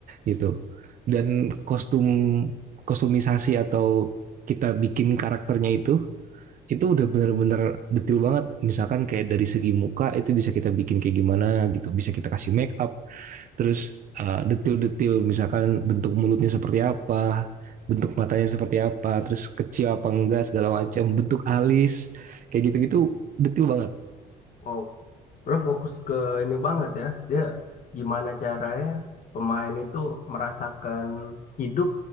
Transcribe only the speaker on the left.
Wow. Bro fokus ke ini banget ya. Dia gimana caranya pemain itu merasakan hidup